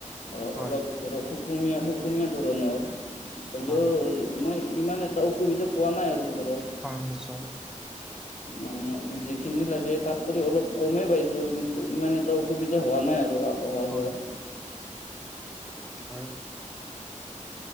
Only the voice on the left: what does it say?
অলপ
ধৰ সুকুমীয়া সুকুমীয়া ধৰণৰ। হ'লেও,
মই ইমান এটা অসুবিধা পোৱা নাই আৰু ধৰক।
মানে যিখিনি লাগে তাত কৰি অলপ কমেই পাইছোঁ কিন্তু ইমান এটা অসুবিধা হোৱা নাই আৰু অহা
যোৱাত